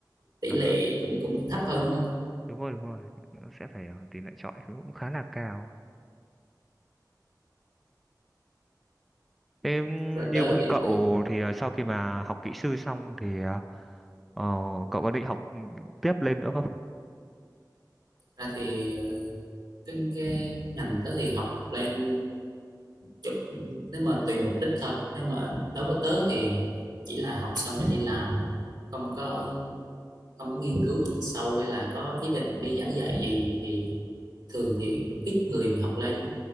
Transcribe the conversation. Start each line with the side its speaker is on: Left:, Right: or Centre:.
Right: tỷ
Centre: À,
Right: lệ cũng cũng thấp hơn đúng không
Centre: đúng rồi, đúng rồi. Nó sẽ phải ờ, tỷ lệ chọi cũng khá là cao. Thế
Right: rồi
Centre: như
Right: tới
Centre: bọn
Right: thì
Centre: cậu
Right: tới-
Centre: thì ờ, sau khi mà học kỹ sư xong thì ờ, ờ, cậu có định học ừ, tiếp lên nữa không?
Right: ra thì ờ, cái, cái ngành tớ thì học lên chụp nếu mà tùy mục đích thôi nếu mà đối với tớ thì chỉ là học xong rồi đi làm không có không có nghiên cứu chuyên sâu hay là có ý định đi giảng dạy gì thì thường thì cũng ít người mà học lên